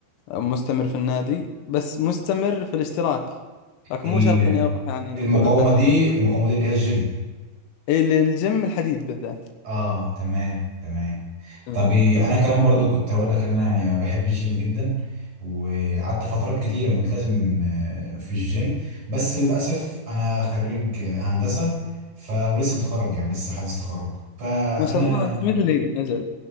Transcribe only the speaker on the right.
ال-
المقاومة
دي المقاومة دي اللي هي الجيم
اه تمام تمام
طب إيه، انا كمان برضو كنت هقول لك ان انا يعني بحب الجيم جدا وقعدت فترات كتيره ملتزم آه، في الجيم بس للاسف انا خريج هندسه ف ولسه متخرج يعني لسه حديث تخرج فانا